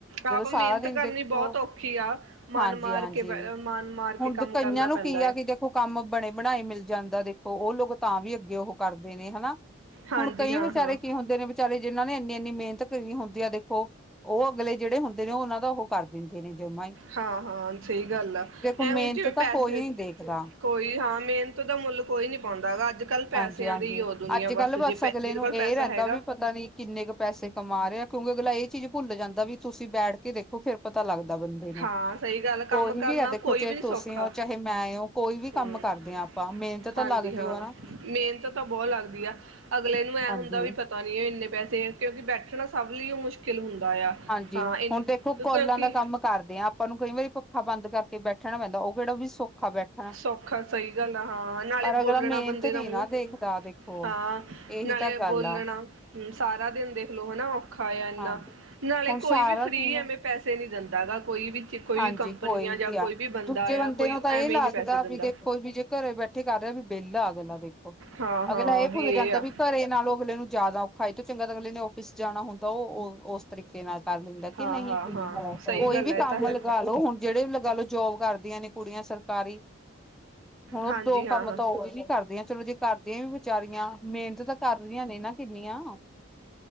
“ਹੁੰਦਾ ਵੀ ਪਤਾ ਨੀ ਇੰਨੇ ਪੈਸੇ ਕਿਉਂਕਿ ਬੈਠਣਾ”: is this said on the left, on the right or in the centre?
Right